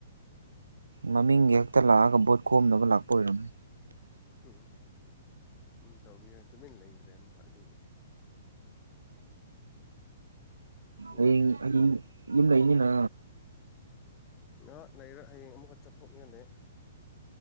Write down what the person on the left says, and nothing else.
ꯎꯝ ꯎꯝ ꯇꯧꯕꯤꯔ ꯇꯨꯃꯤꯟ ꯂꯩꯈ꯭ꯔꯦ ꯑꯃꯨꯛꯀ ꯑꯗꯨꯒꯤ ꯍꯧꯖꯤꯛ
ꯅ ꯂꯩꯔꯣꯏ ꯍꯌꯦꯡ ꯑꯃꯨꯛꯀ ꯆꯠꯊꯣꯛꯅꯤꯡꯉꯥꯏ ꯂꯩꯌꯤ